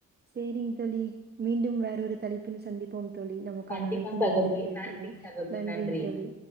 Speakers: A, on the right (about 30°); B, in the centre.
A: சேரிங் தோழி மீண்டும் வேற ஒரு தலைப்பில் சந்திப்போம் தோழி நமக்கான
B: கண்டிப்பா
A: அழைப்பு
B: சகோதரி
A: முடிந்து விட்டது
B: நன்றிங்
A: தோழி
B: சகோதரி
A: நன்றிங்க
B: நன்றி
A: தோழி